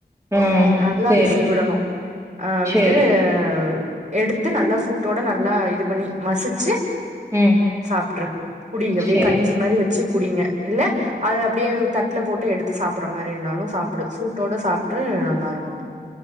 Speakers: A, on the right; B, on the right.
A: ம்
B: நல்லா
A: சேரி
B: விசில் விடணு அ விட்
A: சேரி
B: ட்ட எடுத்து நல்லா சூட்டோட நல்லா இது பண்ணி மசிச்சு
A: ம்
B: சாப்ட்ரு குடி அப்டியே
A: சேரி
B: கஞ்சி மாரி வச்சு குடிங்க இல்ல அது அப்டியே தட் ட்ல போட்டு எடுத்து சாப்புர்ற மாரி இருந்தாலு சாப்புடு சூட்டோட சாப்ட்டு நல்லா இருக்கு